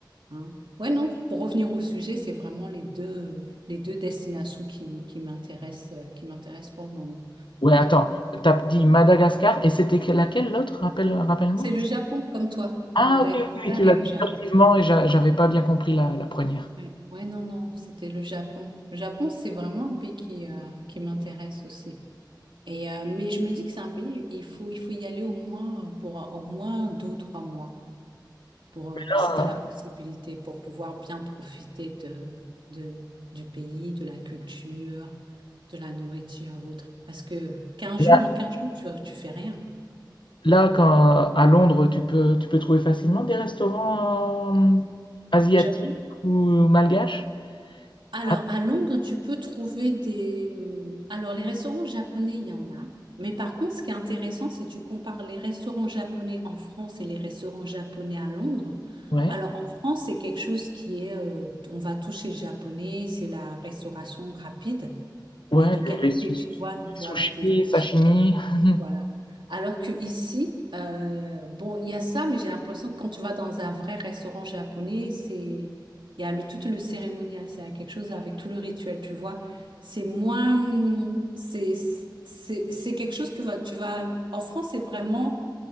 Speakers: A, on the right (about 85°); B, on the left (about 80°).
A: Hein. Ouais, non, pour revenir au sujet, c'est vraiment les deux, les deux destinations qui, qui m'intéressent, euh, qui m'intéressent pour le moment.
B: Ouais, attends, t'as dit Madagascar et c'était que- laquelle l'autre? Rappelle, rappelle-moi.
A: C'est le Japon, comme toi,
B: Ah,
A: Madagascar
B: ok, oui, oui, tu
A: et
B: l'as
A: le
B: dit
A: Japon.
B: furtivement et j'a- j'avais pas bien compris la, la première.
A: Ouais, Ouais, non, non, c'était le Japon. Le Japon, c'est vraiment un pays qui, euh, qui m'intéresse aussi. Et, euh, mais je me dis que c'est un pays, il faut, il faut y aller au moins pour euh, au moins deux ou trois mois. pour, euh,
B: Ah,
A: si tu as la possibilité pour pouvoir bien profiter de, de- du pays, de la culture, de la nourriture et autres. Parce que 15
B: mais
A: jours, en 15 jours, tu, tu fais rien.
B: Là, quand, à Londres, tu peux, tu peux trouver facilement des restaurants euh, asiatiques
A: Japonais.
B: ou malgaches?
A: Alors,
B: Ah,
A: à Londres, tu peux trouver des... Alors, les restaurants japonais, il y en a. Mais par contre, ce qui est intéressant, c'est que tu compares les restaurants japonais en France et les restaurants japonais à Londres.
B: ouais,
A: Alors, en France, c'est quelque chose qui est... euh, on va toucher le japonais, c'est la restauration rapide. mais
B: ouais,
A: de qualité,
B: les, les sou-
A: tu vois.
B: les
A: Voilà,
B: sushis,
A: c'est tout
B: sashimi.
A: cheap.
B: <laughs>
A: Voilà. Alors que ici, euh, bon, il y a ça, mais j'ai l'impression que quand tu vas dans un vrai restaurant japonais, c'est il y a le tout le cérémonial, c'est quelque chose avec tout le rituel, tu vois. C'est moins, hum, c'est c'est c'est quelque chose que va- tu vas. En France, c'est vraiment